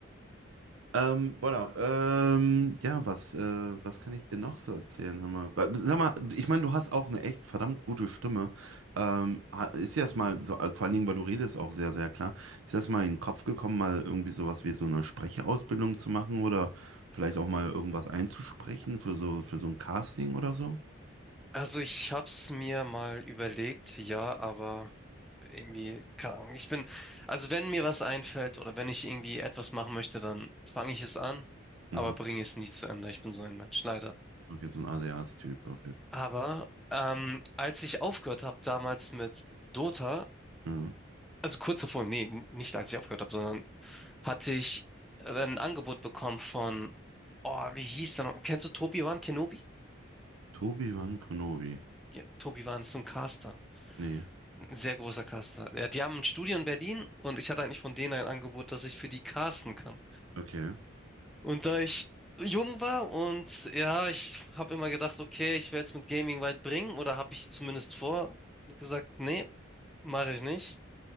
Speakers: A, on the right; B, in the centre.
A: Ähm, voilà. Ähm, ja, was, äh, was kann ich dir noch so erzählen? Hör mal. Wa- Sag mal, ich meine, du hast auch eine echt verdammt gute Stimme. Ähm, ha- ist dir das mal, so, also vor allen Dingen, weil du redest auch sehr, sehr klar, ist dir das mal in den Kopf gekommen, mal irgendwie sowas wie so eine Sprechausbildung zu machen oder vielleicht auch mal irgendwas einzusprechen für so, für so ein Casting oder so?
B: Also ich hab's mir mal überlegt, ja, aber irgendwie, keine Ahnung. Ich bin, also wenn mir was einfällt oder wenn ich irgendwie etwas machen möchte, dann fange ich es an, aber
A: Mhm.
B: bringe es nie zu Ende. Ich bin so ein Mensch, leider.
A: Okay, so ein ADHS-Typ, okay.
B: Aber ähm, als ich aufgehört habe damals mit Dota,
A: Ja.
B: also kurz davor, nee, n- nicht als ich aufgehört habe, sondern hatte ich äh, ein Angebot bekommen von, oh, wie hieß der noch? Kennst du Tobiwan Kenobi?
A: Tobi Wan Kenobi.
B: Ja, Tobiwan ist so ein Caster.
A: Nee,
B: Ein sehr großer Caster. Ja, die haben ein Studio in Berlin und ich hatte eigentlich von denen ein Angebot, dass ich für die casten kann.
A: okay.
B: Und da ich jung war und ja, ich habe immer gedacht, okay, ich werde es mit Gaming weit bringen oder habe ich zumindest vor, wie gesagt, nee, mache ich nicht.